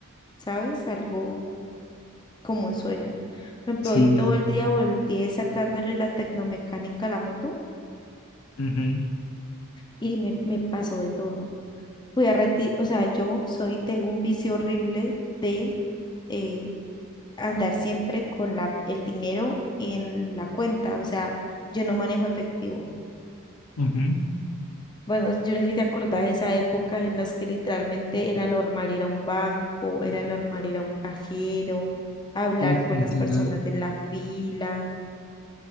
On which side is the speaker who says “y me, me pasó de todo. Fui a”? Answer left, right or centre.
Left